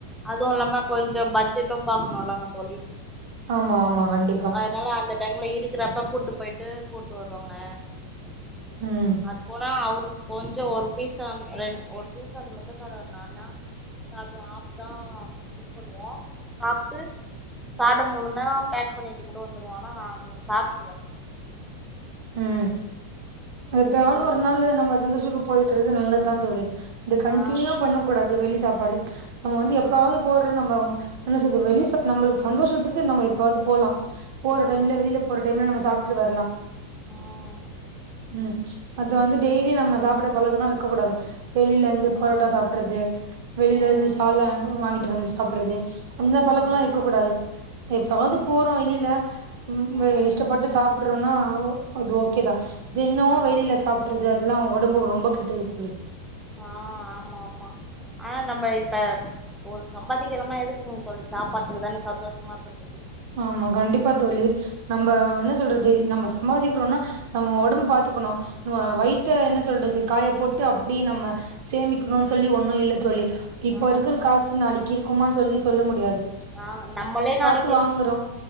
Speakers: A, in the centre; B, on the right.
A: அதுவு இல்லாம கொஞ்சோ பட்ஜெட்டு பாக்கணுல்லங்க தோழி
B: ஆமா ஆமா கண்டிப்பா
A: அதனால அந்த டைம்ல இருக்கறப்ப கூட்டு போய்ட்டு கூட்டு வருவாங்க
B: ம்
A: அது போனா அவரு கொஞ்சோ ஒரு பீசு அந் ரெண் ஒரு பீசு அந் மார் தா சாப்டுவாரு நா தா சாப்டுவே ஹாஃப் தா இது பண்ணுவோ சாப்ட்டு சாப்ட முல்லன்னா பேக் பண்ணிட்டு கூட வந்துருவோ ஆனா நா சாப்ட்டுருவே
B: உம் எதாவ்து
A: எனக்கு
B: ஒரு
A: ரொம்ப
B: நாளு நம்ம சந்தோஷக்கு போய்ட்டு ண்றது நல்லத் தா தோழி அது கன்ட்னியூவா
A: ஆ
B: பண்ண கூடாது வெளி சாப் பாடு நம்ம வந்து
A: ஆ
B: எப்பாவ்து போட்ற நம்ம என்ன சொல்றது வெளி சா நம்மளுக் சந்தோஷத்துக்கு நம்ம எப்பாவ்து போலா போற
A: ம்
B: டைம்ல வெளில போற டைம்ல நம்ம சாப்ட் டு வர்லா
A: ம்
B: உம் அது வந்து டெய்லி நம்ம சாப்பட்ற பழக்க தா வெக்க கூடாது வெளிலருந்து பொரோட்டா
A: ஆ
B: சாப்பிட்றது வெளிலருந்து
A: ம்
B: சால்னா வாங்கிட்டு வந்து சாப்ட்றது அந்த பழக்கலா
A: ம்
B: இருக்க கூடாது எப்பவாது
A: ம்
B: போறோ வெளில உம்
A: ம்
B: வெ இஷ்டப்பட்டு சாப்ட் ட்றோனா அவ் அது ஓகேதா தென்னோ
A: ஆ
B: வெளில சாப்ட்றது அது அதுலா ஒடம்புக்கு ரொம்ப கெட்டது தோழி
A: ஆஹ் ஆமா ஆமா ஆனா நம்ப இப்ப ஒரு சம்பாதிக்கிறனா எதுக்குங்க தோழி சாப்பட்றத்துக்கு தானே சந்தோஷமா இருக்க
B: ஆமா கண்டிப்பா தோழி நம்ப என்ன சொல்றது நம்ம சம்பாதிக்றோனா ஆஹ் ஒடம்ப பாத்துக்கணு நம்ம வயித்த என்ன சொல்றது காய போட்டு அப்டி நம்ம சேமிக்கணுன் சொல்லி ஒன்னு இல்ல தோழி இப்போ
A: ஆ
B: இருக்கிற காசு நாளைக்கு இருக் குமான் சொல்லி சொல்ல முடியாது
A: ஆஹ் நம்மளே நாளைக்
B: து வாங்குறோ